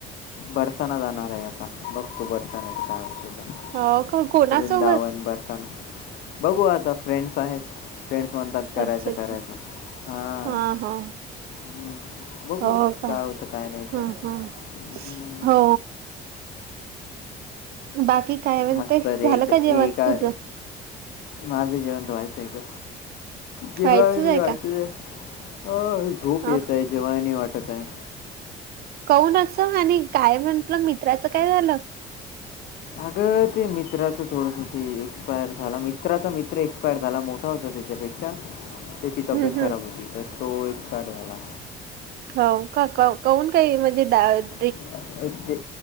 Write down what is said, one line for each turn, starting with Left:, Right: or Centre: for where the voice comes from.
Left: बरसाना जाणार आहे आता बघतो बरसाण्याच काय होते
Right: हो का कोणासोबत
Left: वृंदावन बरसाना. बघू आता फ्रेंड्स आहेत. फ्रेंड्स म्हणतात करायचं
Right: अच्छा अच्छा
Left: करायचं. हां.
Right: हा हा
Left: हम्. बघू
Right: हो का
Left: काय होतं? काय नाहीत?
Right: ह
Left: हं.
Right: ह हो बाकी काय म्हनते?
Left: मस्त रे
Right: झालं
Left: एकदा
Right: का जेवण
Left: एका
Right: तुझ?
Left: माझं जेवण व्हायचं आहे ग. जेवा
Right: व्हायचंच
Left: नाही
Right: आहे
Left: वाटतंआहे.
Right: का
Left: अ झोप
Right: अ
Left: येत आहे. जेवाय नाही वाटत आहे.
Right: काहून असं? आणि काय म्हंटलं मित्राचं काय झालं?
Left: अगं ते मित्राचं थोडस ते एक्स्पायर झाला. मित्राचा मित्र एक्सपायर झाला मोठा होता. त्याच्यापेक्षा त्याची तब्येत
Right: हम्म हम्म
Left: खराब होती. तर तो एक्सपायर्ड झाला.
Right: हौ का? काऊन काही म्हणजे दा -
Left: अ ते